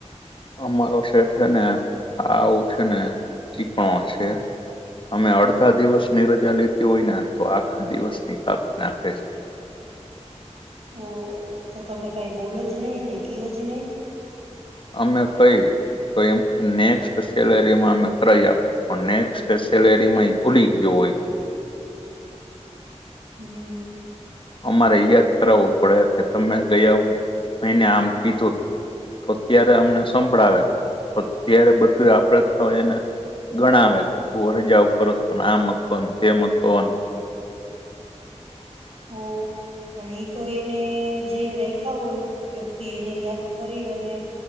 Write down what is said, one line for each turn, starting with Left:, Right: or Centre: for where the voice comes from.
Left: અમારો સેટ હેને, આવું છે ને, ચીકણો છે. અમે અડધા દિવસ ની રજા લીધી હોય ને, તો આખા દિવસની કાપ નાખે છે.
Right: ઓહો, તો તમે કાઈ બોલો જ નહી, કયો જ નહીં.
Left: અમે કઈ, તો એમ નેક્સ્ટ સેલરીમાં અમે કરાઈ આપશું. પણ નેક્સ્ટ સેલેરી માં ભૂલી ગયો હોય.
Right: હમ્મ
Left: અમારે યાદ કરાવવું પડે કે તમે ગયા મહિને આમ કીધું. તો અત્યારે અમને સંભળાવે, તો અત્યારે બધું આપણેે તો એને ગણાવે કે તું હજા ઉપર હતો, આમ હતો ને તેમ હતો
Right: હો પણ ઈ તો એને જે રાખ્યા હોય વ્યક્તિ એને યાદ કરી અને